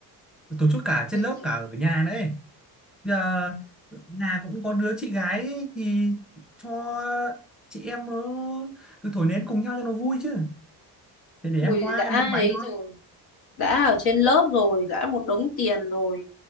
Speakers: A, in the centre; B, on the left (about 70°).
A: Tổ chức cả trên
B: Ui
A: lớp
B: giời,
A: cả ở nhà nữa ấy. Bây giờ nhà cũng có đứa chị gái ấy, thì cho chị em nó cứ thổi nến cùng nhau cho nó vui chứ. Thế để
B: ui
A: em qua
B: đã
A: em mua bánh
B: ấy
A: nó.
B: rồi, đã ở trên lớp rồi, đã một đống tiền rồi.